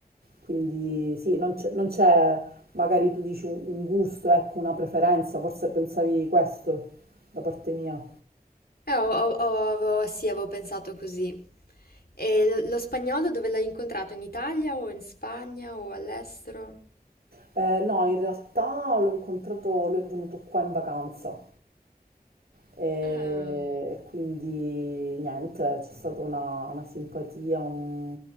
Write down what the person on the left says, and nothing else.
Eh, ho- ho- ho- avevo- sì, avevo pensato così. E lo, lo spagnolo dove l'hai incontrato? In Italia o in Spagna o all'estero?
Ah,